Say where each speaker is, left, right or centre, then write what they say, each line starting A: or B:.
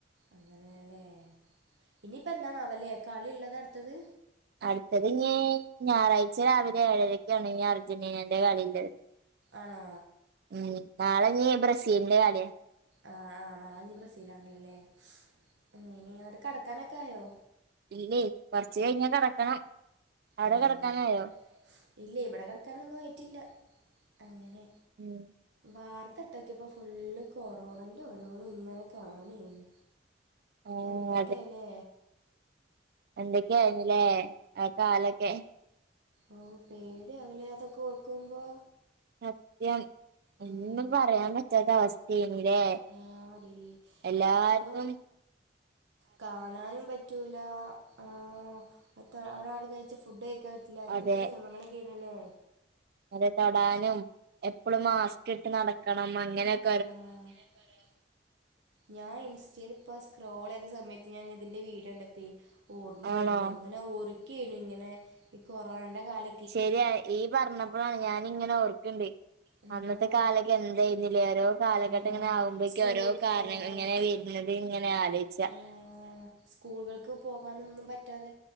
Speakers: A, on the right; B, on the right.
A: അങ്ങനെയല്ലേ ഇനിയിപ്പോ എന്താണവല്ലേ കളി ഉള്ളത് അടുത്തത്
B: അടുത്തത് ഞ്ഞി ഞായറാഴ്ച രാവിലെ ഏഴരക്കെയാണ് ഇ അർജന്റീനന്റെ കളിള്ളത്
A: ആണോ
B: ഉം നാളെ നീ ബ്രസീലിന്റെ കളിയ
A: ആ ആഹ് നാളിഞ് ബ്രസീലാണല്ലല്ലേ അ ഇനി എന്നിട്ട കടക്കാനൊക്കെ ആയോ
B: ഇല്ലേ കൊറച്ച് കഴിഞ്ഞാ കിടക്കണം അവിടെ
A: ഏഹ്
B: കിടക്കാനായോ
A: ഇല്ല ഇവിടെ കിടക്കാനൊന്നും ആയിട്ടില്ല അങ്ങനെ
B: ഉം
A: വാർത്ത ഇട്ടൊക്ക്യപ്പോ ഫുള് കൊറോണന്റെ ഓരോന്നും ഇങ്ങനെ കാണേനും
B: ആഹ്
A: എന്തൊക്കെയല്ലേ
B: എന്തൊക്കെയായിനല്ലേ ആ കാലൊക്കെ
A: ഒ പേടി അവ്‌ലെ അതൊക്കെ ഓർക്കുമ്പോ
B: സത്യം ഒന്നും
A: ഉം
B: പറയാൻ പറ്റാത്ത അവസ്ഥേനല്ലേ
A: ആടി
B: എല്ലാർക്കും
A: എത്രയോ കാണാനും പറ്റൂല അ മറ്റ ഒരാൾ കഴച്ച് ഫുഡ് കഴിക്കാൻ പറ്റ ല എന്തൊക്കെ
B: അതെ
A: നിയമങ്ങളൊക്കെനല്ലേ
B: അതെ തൊടാനും എപ്പളും മാസ്ക് ഇട്ട് നടക്കണം അങ്ങനൊക്കെ
A: ആ അങ്ങനെക്കോരൊ ഞാൻ ഇൻസ്റ്റയിൽ ഇപ്പ സ്ക്രോൾ ചെയ്ത സമയത്ത് ഞാൻ ഇതിന്റെ വീഡിയോണ്ടപ്പേ ഓർമ്മ
B: ആണോ
A: വന്നത് ഇങ്ങനെ ഒർക്കനു ഇങ്ങനെ ഈ കൊറോണന്റെ കാല
B: ശരിയ ഇയ് പറഞ്ഞപ്പോഴാണ് ഞാനിങ്ങനെ ഓർക്കണ്ട്
A: ആ
B: അന്നത്തെ കാലൊക്കെ
A: ഊ,
B: എന്തയ്നുലേ ഓരോ കാലഘട്ടം
A: ആ,
B: ഇങ്ങനെ ആകുമ്പോക്കും
A: സ്കൂൾ
B: ഓരോ കാരണങ്ങളിങ്ങനെ
A: ആ
B: വ ന്നത് ഇങ്ങനെ ആലോച്ച
A: ഏഹ് സ്കൂളുകൾക്ക് പോകാനൊന്നും പറ്റാതെ